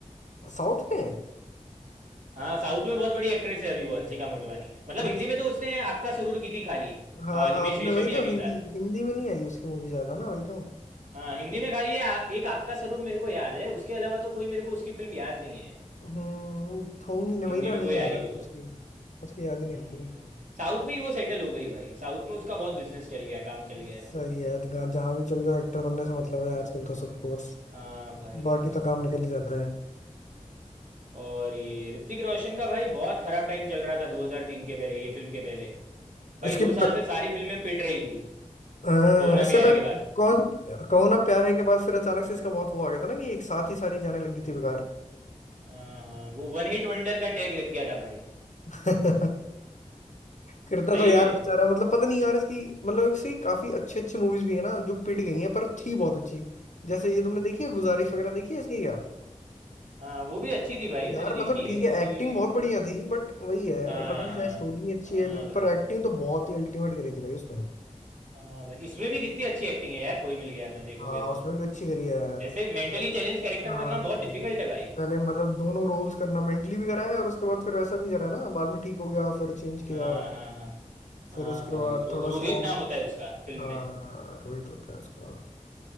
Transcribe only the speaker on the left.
हाँ। साउथ में
अच्छा
हाँ
हाँ
उसने
वही तो हिंदी
हिंदी में नहीं आई उसकी मूवी ज्यादा ना वही तो
हम्म होंगी नहीं
वही ना
नहीं
याद
आती
उसकी उसकी याद ही
नहीं आती
सही है जहाँ जहाँ भी चल जाओ एक्टर बनने से मतलब है आजकल
तो सबको
बस
बाकी
तो काम निकल ही जाता है
इसके
प,
अ,
इससे
पहले
कौन कहो ना प्यार है के बाद फिर अचानक से इसका बहुत वो आ गया था ना कि एक साथ ही सारी जाने लगी
थी बेकार
<laughs> करता
तो यार
बेचारा मतलब पता नहीं यार इसकी मतलब इसकी काफी अच्छी अच्छी मूवीज भी है ना जो पिट गई हैं पर थी बहुत अच्छी जैसे ये तुमने देखी है गुजारिश
वगैरह देखी है इसकी क्या
यार
मतलब ठीक
है
एक्टिंग बहुत बढ़िया थी बट वही है
पता नहीं
चाहे स्टोरी नहीं अच्छी
है जो
पर एक्टिंग तो बहुत ही अल्टीमेट करी थी भाई उसमें
हाँ
उसमें भी अच्छी करी है यार
पर-
हाँ
हम्म।
पहले मतलब दोनों रोल्स करना मेंटली भी करा है और उसके बाद फिर वैसा भी करा है ना बाद में ठीक हो गया फिर चेंज किया
फिर उसके
बाद
थोड़ा
स्ट्रांग
हाँ
रोहित होता है उसका